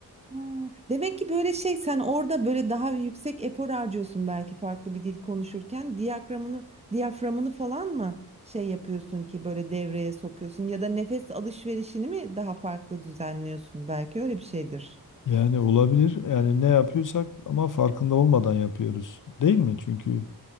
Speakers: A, on the right; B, on the left.
A: Ha, Demek ki böyle şey sen orada böyle daha yüksek efor harcıyorsun belki farklı bir dil konuşurken diyaframını diyaframını falan mı şey yapıyorsun ki böyle devreye sokuyorsun ya da nefes alışverişini mi daha farklı düzenliyorsun belki öyle bir şeydir.
B: Yani olabilir. Yani ne yapıyorsak ama farkında olmadan yapıyoruz. Değil mi? Çünkü